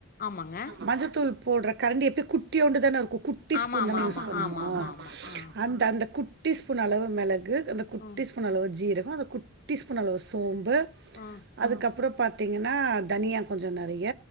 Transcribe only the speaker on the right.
மஞ்சத்தூள் போடற கரண்டி எப்பயு குட்டியோண்டுதான இருக்கு குட்டி
ஸ்பூன்தான
யூஸ்
பண்ணுவோ
அந்த அந்த குட் டி ஸ்பூன் அளவு மெளகு அந்த குட்டி
ஸ்பூன் அளவு ஜீர கோ அந்த குட்டி ஸ்பூன் அளவு சோம் பு
அதுக்கப்புறோ பாத்தீங்கன்னா தனியா கொஞ்ச நெ றைய